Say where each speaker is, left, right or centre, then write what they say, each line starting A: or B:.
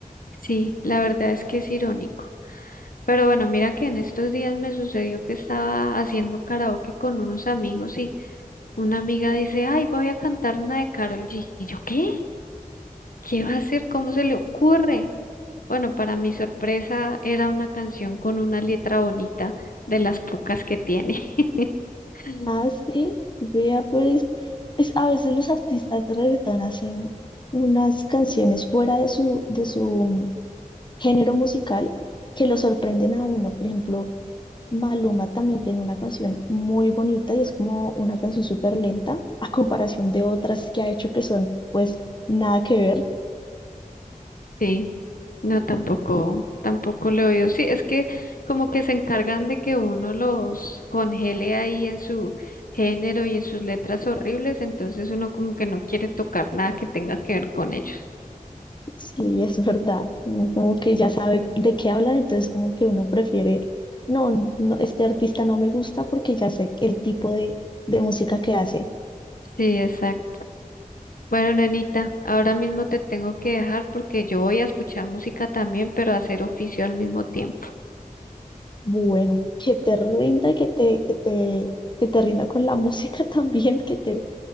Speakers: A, on the left; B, on the left.
A: Sí, la verdad es que es irónico. Pero bueno, mira que en estos días me sucedió que estaba haciendo karaoke con unos amigos y una amiga dice, ay, voy a cantar una de Karol G. Y yo, ¿qué? ¿Qué va a hacer? ¿Cómo se le ocurre? Bueno, para mi sorpresa era una canción con una letra bonita, de las pocas que tiene. <laughs>
B: Ah, sí, vea, pues es, a veces los artistas de reggaetón hacen unas canciones fuera de su, de su mm, género musical que lo sorprenden a uno. Por ejemplo, Maluma también tiene una canción muy bonita y es como una canción súper lenta <laughs> a comparación de otras que ha hecho que son pues nada que ver.
A: Sí, no, tampoco, tampoco lo veo. Sí, es que como que se encargan de que uno los congele ahí en su género y en sus letras horribles, entonces uno como que no quiere tocar nada que tenga que ver con ellos.
B: Sí, es verdad. Uno Como que ya sabe de qué hablan, entonces como que uno prefiere, no, no, este artista no me gusta porque ya sé el tipo de, de música que hace.
A: Sí, exacto. Bueno, nenita, ahora mismo te tengo que dejar porque yo voy a escuchar música también, pero a hacer oficio al mismo tiempo.
B: Bueno, que te rinda y que te, que te, que te rinda con la música <laughs> también, que te